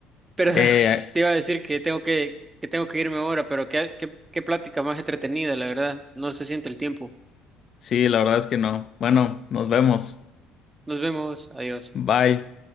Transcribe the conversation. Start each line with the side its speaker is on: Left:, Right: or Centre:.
Right: pero
Left: Eh,
Right: <laughs> te iba a decir que tengo que, que tengo que irme ahora, pero qué, qué, qué plática más entretenida, la verdad. No se siente el tiempo.
Left: sí, la verdad es que no. Bueno, nos vemos.
Right: Nos vemos, adiós.
Left: Bye.